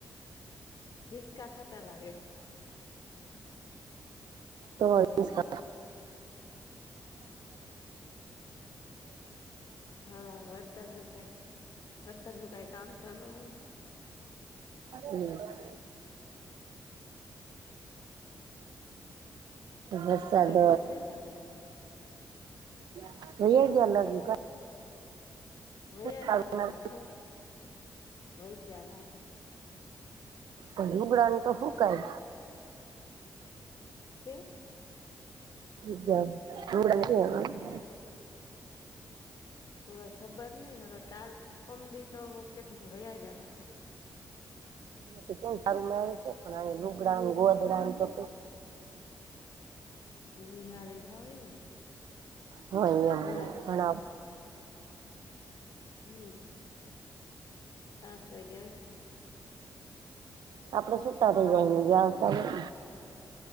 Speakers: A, on the left; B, on the right.
A: નિસકા ખાતા લાગે
B: તો અલીસથ <inaudible>
A: હા વરસાદ નું કઈ વરસાદ નું કઈ કામ તો ન હોય
B: હમ વરસાદ
A: ના સાહેબ નથી રેતા ને હવે
B: એ ગલ હજી
A: વય
B: પણ
A: જ લાગે હ હોય જ લાગે
B: પું ગ્રાન તો હુંકઈ
A: છે
B: જ જડ
A: તો ખબર નઈ ને કાલ પમી તોકે તો ભયા જયા લાગે
B: ત સારું મે છે પણ આ લુગડા ગોધરા તો
A: વિહાળે જાવય ને
B: હ અહી
A: ભણાવવા
B: પણ
A: હમ પાચ વાગે આવીશે
B: હ આપડે સુટા થઇ જાયને વવ